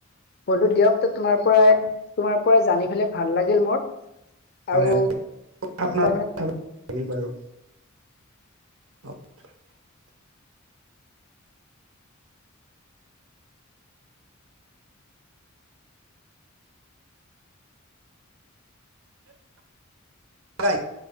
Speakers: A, on the left (about 50°); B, on the right (about 75°).
A: বন্ধু দিয়ক তোমাৰ পৰাই, তোমাৰ পৰা জানি পেলাই ভাল লাগিল মোৰ আৰু
B: হয়, আপোনাৰ
A: তাৰমানে
B: <unintelligible> থাকিল বাৰু <inaudible> ৰাইট।